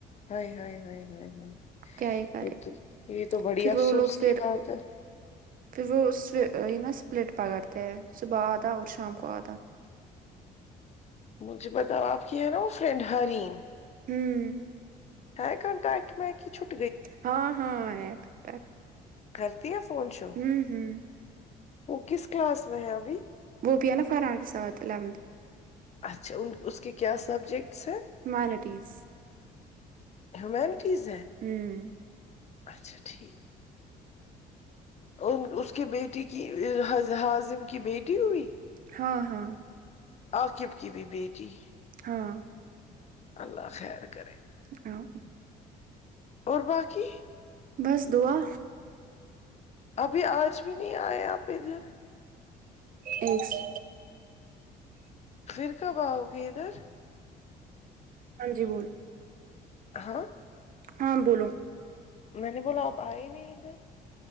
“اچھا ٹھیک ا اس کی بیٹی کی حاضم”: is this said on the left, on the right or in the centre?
Left